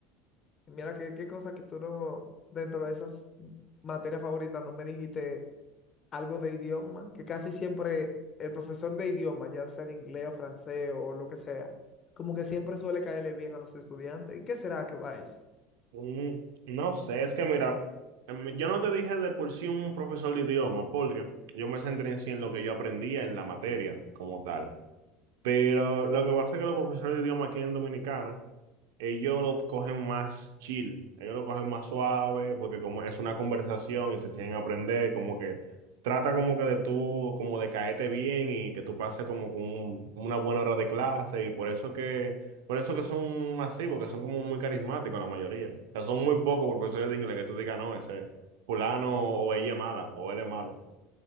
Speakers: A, on the left; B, on the right.
A: Mira qué, qué cosa que tú no, dentro de esas materias favoritas, no me dijiste algo de idioma, que casi siempre el profesor de idioma, ya sea de inglés o francés o lo que sea, como que siempre suele caerle bien a los estudiantes. ¿Y qué será que va eso?
B: Mm, No sé, es que mira, em, yo no te dije de por sí un profesor de idioma, porque yo me centré en sí en lo que yo aprendía en la materia como tal. Pero lo que pasa es que los profesores de idioma aquí en Dominicana ellos lo cogen más chill, ellos lo cogen más suave, porque como es una conversación y se siguen a aprender, como que trata como que de tú, como de caerte bien y que tú pases como con un- una buena hora de clase y por eso que, por eso que son así, porque son como muy carismáticos la mayoría. O sea, son muy pocos profesores de inglés que tú digas, no, ese fulano o ella es mala o él es malo,